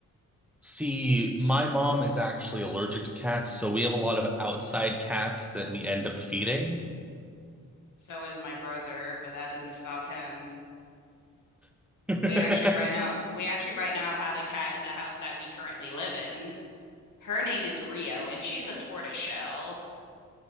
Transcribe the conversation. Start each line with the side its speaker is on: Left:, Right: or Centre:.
Centre: See, my mom is actually allergic to cats, so we have a lot of outside cats that we end up feeding.
Left: So is my brother, but that didn't stop him.
Centre: <laughs> A
Left: We actually right now we actually right now have a cat in the house that we currently live in. Her name is Rio, and she's a tortoiseshell.